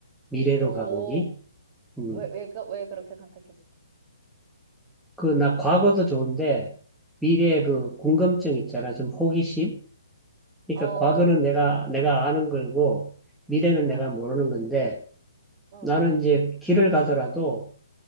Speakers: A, in the centre; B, on the right.
A: 미래로
B: 오,
A: 가보기. 음.
B: 왜, 왜, 그- 왜 그렇게 선택했어?
A: 그, 나 과거도 좋은데, 미래의 그
B: 응.
A: 궁금증 있잖아. 좀 호기심? 그러니까
B: 어,
A: 과거는 내가, 내가 아는 걸고, 미래는
B: 어.
A: 내가 모르는 건데,
B: 어,
A: 나는 이제 길을 가더라도,